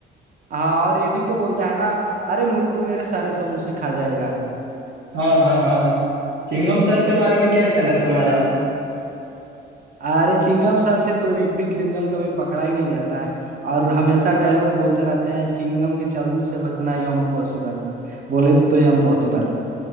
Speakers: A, on the right; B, on the right.
A: हाँ और ये भी तो बोलता है ना अरे मोटू मेरे सारे समोसे खा जाएगा
B: हाँ हाँ हाँ हाँ चिंगम सर के बारे में क्या ख्याल है तुम्हारा
A: अरे चिंगम सर से तो एक भी क्रिमिनल कभी पकड़ा ही नहीं जाता है और हमेशा डायलॉग बोलते रहते हैं चिंगम के चंगुल से बचना ये इम्पॉसिबल बोले तो ये इम्पॉसिबल